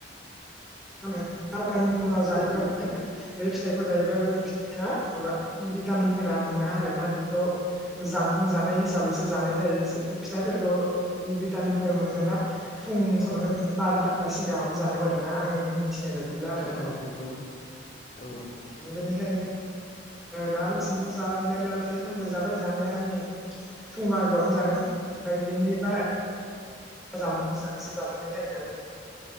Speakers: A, in the centre; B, on the left.
A: <inaudible> बारतानि उनाव जायोबा बियो बे फिथाइखौ जायोबा बे फिथाइया माबा भितामिनफोरा मोना आरोना बेखौ जानबुं जानाय हिसाबैसो जानाय जायो फिथाइफोरखौ भिटामिनफोर मोननोबा फुं समावनो बार'थानि सिगाङावनो जानांगौ आरो ना आं मि थिनाय बायदिब्ला आरोना
B: औ नंगौ औ
A: बेनिखायनो ओ दालासिमथ' जा मेर्ला फिथाइ सामथाइ जाबाय जानाया फुं बाहागोआवनो जादों ओमफ्राय बेनि बा जानबुं हिसाबैसो जाजानाय जायो नालाय